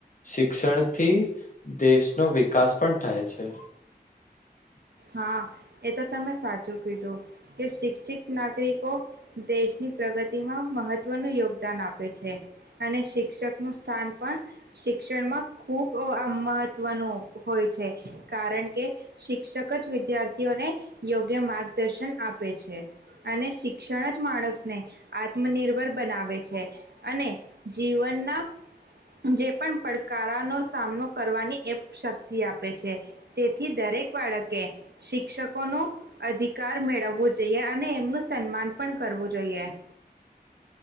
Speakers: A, on the left (about 50°); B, on the right (about 80°).
A: શિક્ષણથી દેશનો વિકાસ પણ થાય છે
B: હા એ તો તમે સાચું કીધું કે શિક્ષિત નાગરિકો દેશની પ્રગતિમાં મહત્વનું યોગદાન આપે છે અને શિક્ષક નું સ્થાન પણ શિક્ષણમાં ખુબ મહત્વનું હોય છે કારણ કે શિક્ષક એક જ વિદ્યાર્થીઓને યોગ્ય માર્ગદર્શન આપે છે અને શિક્ષણ જ માણસને આત્મનિર્ભર બનાવે છે અને જીવન ના ના જે પણ પડકારાનો સામનો કરવાની એ શક્તિ આપે છે તેથી દ હરેક બાળક કે શિક્ષકો નો અધિકાર મેળવવો જોઈએ અને એમનું સન્માન પણ કરવું જોઈએ <inaudible>